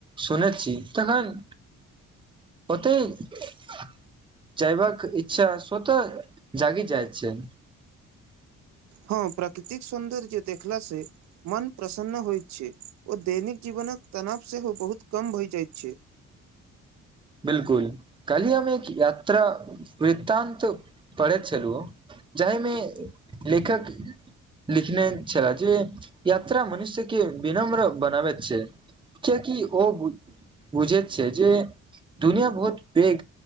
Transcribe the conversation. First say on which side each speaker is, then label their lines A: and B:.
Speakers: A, on the right (about 15°); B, on the right (about 65°).
A: सुनैत छी तखन ओते जयबाक इच्छा स्वतः जगी जाइ छै
B: हँ प्राकृतिक सौन्दर्य देखला से मन प्रसन्न होइत छै ओ दैनिक जीवन नक तनाव सेहो बहुत कम भऽ जाइत छै
A: <inaudible> बिलकुल काली हम एक यात्रा वृत्तान्त पढ़ैत छलु जाहिमे लेखकी लिखने छल जे यात्रा मनुष्य के विनम्र बनाब छै कियकि ओ बुझैत छै जे दुनिया बहुत पेघ